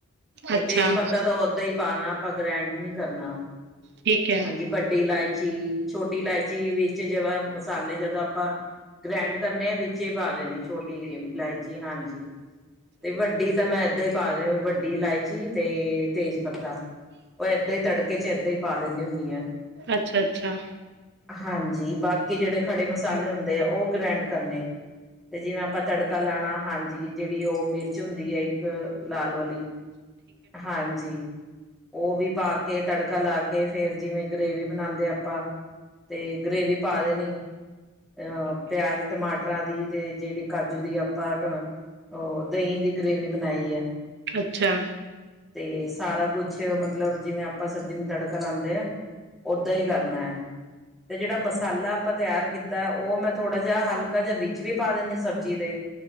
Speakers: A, in the centre; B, on the right.
A: ਤੇ
B: ਅੱਛਾ
A: ਤੇਜ ਪੱਤਾ ਤਾਂ ਓਦਾਂ ਹੀ। ਪਾਣਾ ਆਪਾਂ ਗ੍ਰੈਂਡ ਨੀ ਕਰਨਾ
B: ਠੀਕ ਹੈ
A: ਹਾਂਜੀ ਵੱਡੀ ਇਲਾਇਚੀ। ਛੋਟੀ ਇਲਾਇਚੀ ਵਿੱਚ ਜੀਵੇ ਮਸਾਲੇ ਜਦੋਂ ਆਪਾਂ ਗ੍ਰੈਂਡ ਕਰਨੇ ਆ ਵਿਚ। ਵਿੱਚੇ ਪਾ ਲੈਣੀ ਛੋਟੀ ਇਲਾਇਚੀ ਹਾਂਜੀ ਤੇ ਵੱਡੀ ਤਾਂ ਮੈਂ ਏਦਾਂ ਹੀ। ਪਾ ਦੇ ਵੱਡੀ ਇਲਾਇਚੀ ਤੇ ਤੇਜ ਪੱਤਾ ਉਹ ਏਦਾਂ ਹੀ ਤੜਕੇ ਚ ਇਏਦਾਂ ਹੀ। ਪਾ ਦਿੰਦੀ ਹੁੰਨੀ ਆ।
B: ਅੱਛਾ-ਅੱਛਾ।
A: ਹਾਂਜੀ ਬਾਕੀ ਜਿਹੜੇ ਖੜੇ ਮਸਾਲੇ ਹੁੰਦੇ ਆ ਉਹ ਗ੍ਰੈਂਡ ਕਰਨੇ। ਅਤੇ ਜਿਹੜਾ ਆਪਾਂ ਤੜਕਾ ਲੈਉਣਾ ਹਾਂਜੀ ਜਿਹੜੀ ਉਹ ਮਿਰਚ ਹੁੰਦੀ ਏ। ਹਮ ਲਾਲ ਵਾਲੀ ਹਾਂਜੀ। ਉਹ ਵੀ ਪਾ ਕੇ ਤੜਕਾ ਲਾ ਕੇ ਫੇਰ ਜਿਵੇਂ ਗ੍ਰਰੇਵੀ ਬਣਾਉਦੇ ਆਪਾਂ ਤੇ ਗਰੇਵੀ। ਪਾ ਦੇਣੀ ਅਹ ਪਿਆਜ ਟਮਾਟਰ। ਜਿਹੜੀ ਕਾਜੂ ਦੀ ਆਪਾਂ ਉਹ ਦਹੀਂ ਦੀ ਗਰੇੇਵੀ ਬਣਾਈ ਹੈ।
B: ਅੱਛਾ।
A: ਤੇ ਸਾਰਾ ਕੁਛ ਮਤਲਬ ਜਿਵੇਂ ਆਪਾਂ ਸਬਜੀ ਨੂੰ ਤੜਕਾ ਲਾਂਦੇ ਆਂ। ਓਦਾਂ ਈ ਕਰਨਾ ਐ। ਤੇ ਜੇੜਾ ਮਸ ਸਾਲਾ ਆਪਾਂ ਤੇਆਰ ਕੀਤਾ ਓ ਮੈਂ ਥੋੜਾ ਜਾ ਹਲਕਾ ਜਾ ਵਿੱਚ ਵੀ ਪਾ ਦੇਨੀ ਸਬਜੀ ਦੇ।